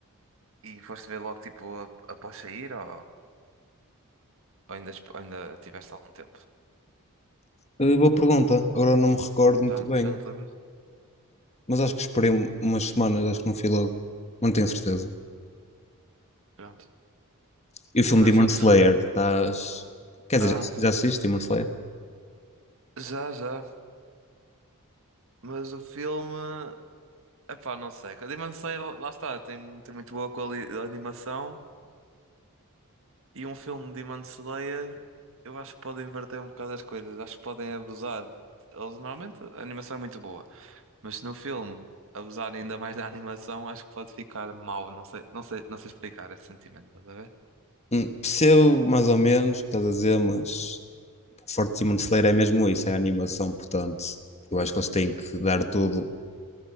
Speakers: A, on the right (about 65°); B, on the left (about 30°).
A: E foste ver logo tipo a- após sair ou, ou ainda, esp- ainda tiveste algum tempo?
B: Uh, boa pergunta. Agora não me recordo muito
A: Já,
B: bem,
A: já não te lembras?
B: mas acho que esperei um- umas semanas, acho que não fui logo. Mas Não tenho certeza.
A: Pronto.
B: E o filme
A: Mas
B: Demon
A: outro.
B: Slayer, estás. Quer
A: Ah,
B: dizer, já, já assististe Demon Slayer?
A: já, já. Mas o filme. Epá, não sei. O Demon Slayer, lá está, tem, tem muito boa quali- animação. E um filme de Demon Slayer, eu acho que pode inverter um bocado as coisas. Acho que podem abusar. Eles, normalmente a animação é muito boa. Mas se no filme abusar ainda mais da animação, acho que pode ficar mau. Não sei, não sei, não sei explicar esse sentimento, estás a ver?
B: Hum, Percebo mais ou menos o que estás a dizer, mas o forte Demon Slayer é mesmo isso, é a animação, portanto, eu acho que eles têm que dar tudo